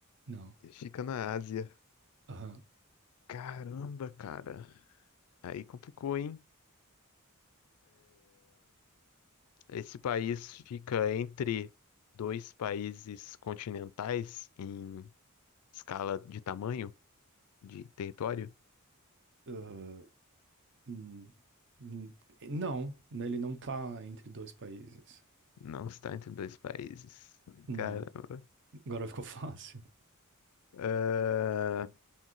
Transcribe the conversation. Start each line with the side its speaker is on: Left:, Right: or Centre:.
Right: Não.
Left: Fica na Ásia.
Right: Aham.
Left: Caramba, cara. Aí complicou, hein? Esse país fica entre dois países continentais em escala de tamanho, de território?
Right: Ah, hum, hum, não, né, ele não tá entre dois países.
Left: Não está entre dois países.
Right: Não.
Left: Caramba.
Right: Agora ficou <laughs> fácil.
Left: Ah,